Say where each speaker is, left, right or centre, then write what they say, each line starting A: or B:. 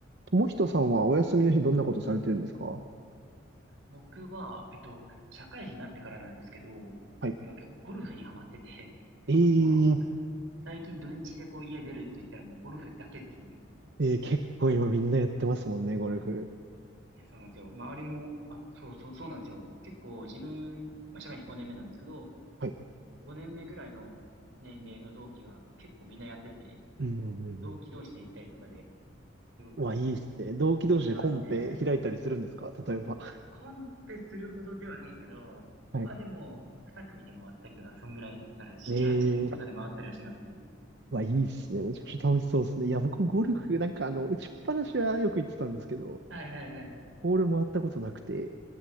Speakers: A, on the right; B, on the right.
A: ともひとさんはお休みの日どんなことされてるんですか
B: 僕は、えっと、社会人になってからなんですけど、
A: はい。
B: 今結構ゴルフにハマってて、<laughs>
A: え
B: も
A: ー、
B: う、最近土日でこう家出ると言ったらもうゴルフだけですね。
A: えー結構今みんなやってますもんね、ゴルフ。
B: いや、そうなんですよ。周りも、あ、そうそう、そうなんですよ。結構自分、まあ、社会人5年目なんですけど、
A: はい。
B: その5年目ぐらいの年齢の同期が結構みんなやってて、
A: うんうんうんうん。
B: 同期同士で行ったりとかで、すごくこう、
A: うわ、いいですね。同期同士でコンペ開いたりするんですか例えば。
B: 行ってますね。コンペするほどではないですけど、
A: はい。
B: まあでも、2組で回ったりとか、そんぐらい、だから7、
A: えー、
B: 8人とかで回ったりはしますね。
A: うわ、いいですね。めちゃくちゃ楽しそうですね。いや、僕もゴルフ、なんかあの、打ちっぱなしはよく行ってたんですけど、
B: はいはいはいはい
A: ボール回ったことなくて、